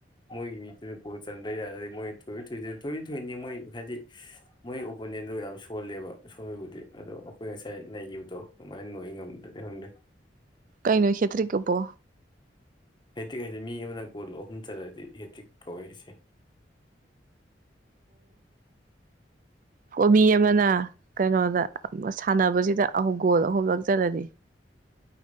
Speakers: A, on the left; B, on the right.
A: ꯃꯣꯏꯒꯤ ꯃꯤꯠꯇꯨꯗ ꯄꯣꯠ ꯆꯟꯗꯩ ꯌꯥꯔꯗꯤ ꯃꯣꯏ ꯊꯣꯏ ꯊꯣꯏꯗ ꯊꯣꯏ ꯊꯣꯏꯅꯤ ꯃꯣꯏ ꯍꯥꯏꯗꯤ ꯃꯣꯏ ꯑꯣꯄꯣꯅꯦꯟꯗꯣ ꯌꯥꯝ ꯁꯣꯜꯂꯦꯕ ꯁꯣꯝꯕꯨꯗꯤ ꯑꯗꯣ ꯑꯩꯈꯣꯏ ꯉꯁꯥꯏ ꯅꯩꯈꯤꯕꯗꯣ ꯑꯗꯨꯃꯥꯏꯅ ꯅꯩ ꯉꯝꯗ꯭ꯔꯗꯤ ꯈꯪꯗꯦ
B: ꯀꯩꯅꯣ ꯍꯦꯠꯇ꯭ꯔꯤꯛꯑꯕꯣ
A: ꯍꯦꯠꯇ꯭ꯔꯤꯛ ꯍꯥꯏꯗꯤ ꯃꯤ ꯑꯃꯅ ꯒꯣꯜ ꯑꯍꯨꯝ ꯆꯠꯂꯗꯤ ꯍꯦꯇ꯭ꯤꯛ ꯀꯧꯋꯦ ꯏꯆꯦ
B: ꯑꯣ ꯃꯤ ꯑꯃꯅ ꯀꯩꯅꯣꯗ ꯁꯥꯟꯅꯕꯁꯤꯗ ꯑꯍꯨꯝ ꯒꯣꯜ ꯑꯍꯨꯝ ꯂꯛꯆꯜꯂꯗꯤ